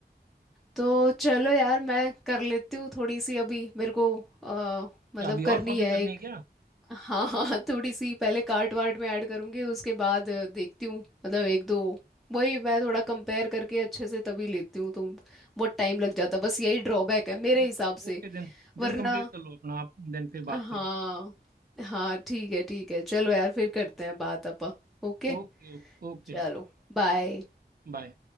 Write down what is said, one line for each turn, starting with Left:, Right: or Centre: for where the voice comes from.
Centre: तो चलो यार मैं कर लेती हूँ थोड़ी सी अभी मेरे को अ, मतलब
Right: क्या अभी
Centre: करनी
Right: और शॉपिंग
Centre: है
Right: करनी
Centre: एक
Right: है क्या
Centre: हाँ हाँ थोड़ी सी पहले कार्ट वार्ट में ऐड करूँगी उसके बाद अ, देखती हूँ मतलब एक दो वही मैं थोड़ा कंपेयर करके अच्छे से तभी लेती हूँ तो बहुत टाइम लग जाता बस यही ड्रॉबैक है
Right: Okay
Centre: मेरे
Right: okay
Centre: हिसाब से
Right: okay Then
Centre: वरना
Right: then complete कर लो अपना आप देन फिर बात
Centre: हाँ
Right: करो
Centre: हाँ ठीक है ठीक है चलो यार फिर करते हैं बात अपा ओके
Right: ओके ओके
Centre: चलो बाय
Right: बाय